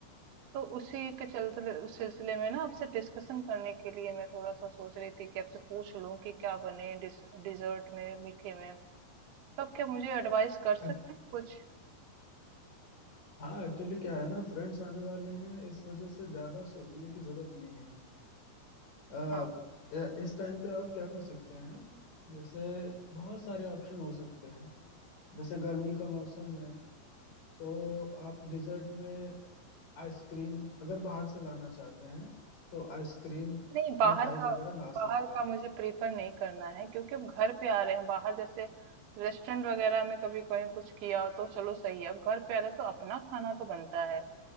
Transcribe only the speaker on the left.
अ-
हाँ एक्चुअली क्या है ना फ्रेंड्स आने वाले हैं इस वजह से ज्यादा सोचने की जरूरत नहीं है अ, अ,
इस टाइम पे आप क्या कर सकते हैं जैसे बहुत सारे ऑप्शन हो सकते हैं जैसे गर्मी का मौसम है तो आप डिजर्ट में आइसक्रीम अगर बाहर से लाना चाहते हैं तो आइसक्रीम
मिठाई
वगैरह ला
सकते हैं